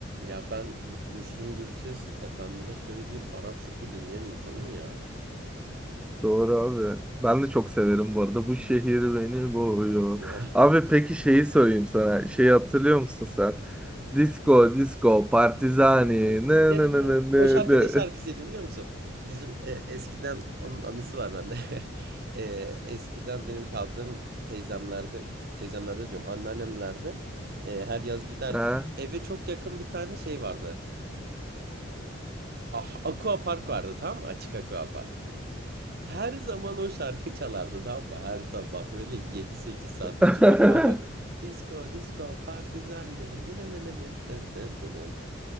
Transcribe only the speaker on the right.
Ya ben Müslüm Gürses efendime söyleyeyim Arap Şükrü dinleyen insanım ya.
Yok,
güzel değil.
Ne
ne
ne.
O şarkının
ne şarkısıydı biliyor musun? Bizim eskiden onun anısı var bende. Eskiden benim kaldığım teyzemlerde teyzemlerde diyorum, anneannemlerde. Her yaz giderdik.
Eve çok yakın bir tane şey vardı. Ah, aqua park vardı tam, açık aqua park. Her zaman o şarkıcı çalardı tam ve her sabah böyle yedi sekiz saat
bütün aqua park. Disco disco party zanyen ne ne ne ne ne ne ne ne.